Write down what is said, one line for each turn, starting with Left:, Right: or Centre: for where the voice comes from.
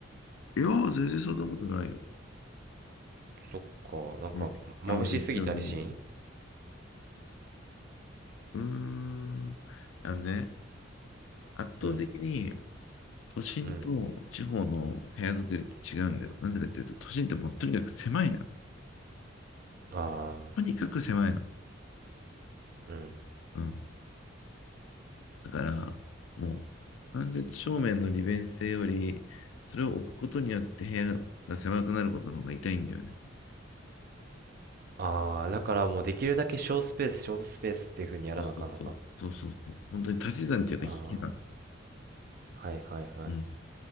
Left: いや、全然そんなことないよ。
Right: そっか、なんか、
Left: うん。
Right: ま眩しすぎたりしん
Left: あのね、今日ね、うーん。あのね、圧倒的に
Right: うん、
Left: 都心と地方の部屋作りって違うんだよ。
Right: うん。
Left: なんでかっていうと、都心ってもうとにかく狭いのよ。
Right: ああ、
Left: とにかく狭いの。
Right: うん。
Left: うん。だから、もう、間接照明の利便性より、それを置くことによって部屋が狭くなることの方が痛いんだよね。
Right: ああ、だからもうできるだけ小スペース、小スペースっていう風にやらなあかんのか。
Left: そうそうそう。そうそうそう。本当に足し算というか引き算。
Right: ああ、はいはいはい。
Left: うん。